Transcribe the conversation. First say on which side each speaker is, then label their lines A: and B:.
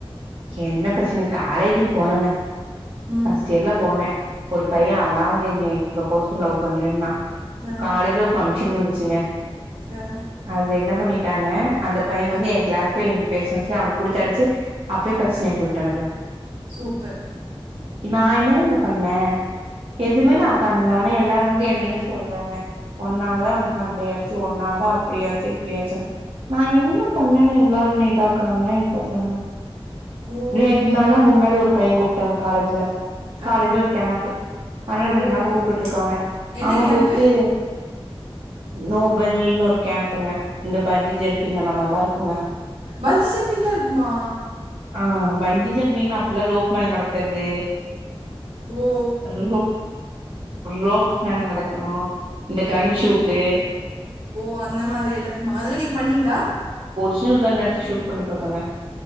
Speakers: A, on the right; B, on the right.
A: சின்ன பசங்க காலேஜுக்கு போனங்க
B: ம்
A: ஃபர்ஸ்ட் இயர்ல போனே ஒரு பைய அவனா வந்து என்னை ப்ரப்போஸ் பண் லவ் பண்றேன்னா
B: ஆ
A: காலேஜ்ல ஒரு பங்க்ஷன் வந்துச்சுங்க
B: ஆ
A: அதுல என்ன பண்ணிட்டாங்க அந்த பைய வந்து
B: ஆ
A: ஏ கிளாஸ் பைய ஏன்ட்ட பேசறா சொல்லி அவன புடிச்சி அடிச்சி அப்பியே பிரச்சனா ஆக்கிவுட்டானுக்க
B: சூப்பர்
A: நா என்னங்கங்க பண்ணே எதுவுமே நா பண்ணல ஆனா எல்லாரு வந்து என்னைத சொல்றாங்க ஒன்னாலதா அவுங்க சண்டையாச்சி ஒன்னாலதா அப்பிடியாச்சி இப்பிடியாச்சி நா என்ன பண்ணேன் எல்லாரு என்னை பாக்குறாங்னு எனக்கு தெர்லங்க
B: ஓ
A: ரெட் நாளா முன்னாடி ஒரு பைய கூப்ட்டாங்க காலேஜ்ல காலேஜ்ல
B: ஆ
A: ஒரு கேம்ப் ஆனால ரெண்டு
B: ஓஹோ
A: நாள் கூப்புடுட்டு இருக்காங்க
B: என்ன
A: அவ
B: கேம்ப்பு
A: கூப்புட்டு நோபல்ன்னு ஒரு கேம்ப்புங்க இந்த பஞ்ஜி ஜம்பிங்க அந்த மரில்லா இருக்குங்க
B: பஞ்சி ஜம்பிங்லா இருக்குமா
A: ஆம் பஞ்சி ஜம்பிங்கனா அப்பிலா ரோப் மல் நடக்கறது
B: ஓ
A: ர ர ரோ ரோப் நாங்க நடக் க்கணு இந்த கன் ஷூட் டே
B: ஓ அந்த மாதிரி எல்லா இருக்குமா அதுல நீங்க பண்ணீங்களா
A: ஸ்னல் கன் எடுத்து ஷூட் பண்ணி பாத்தங்க